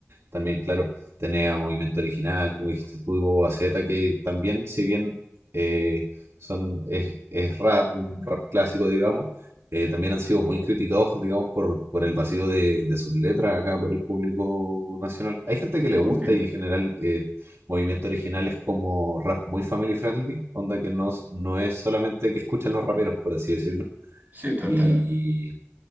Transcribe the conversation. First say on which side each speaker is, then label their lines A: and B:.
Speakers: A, on the right; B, on the right.
A: También, claro, tenía Movimiento Original, como dijiste tú, y Boba Fett, que también, si bien eh, son, es, es rap, un rap clásico, digamos, eh, también han sido muy criticados, digamos, por, por el vacío de, de sus letras acá por el público nacional. Hay gente que le
B: ok,
A: gusta y en general eh, Movimiento Original es como rap muy family friendly, onda que no, no es solamente que escuchan los raperos, por así decirlo.
B: sí, total.
A: Y